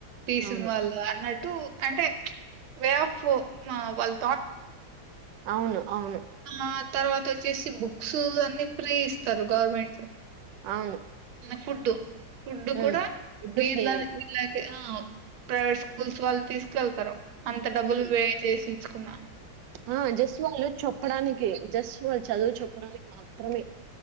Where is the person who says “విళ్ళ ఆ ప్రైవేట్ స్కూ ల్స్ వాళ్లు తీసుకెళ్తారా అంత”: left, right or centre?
Right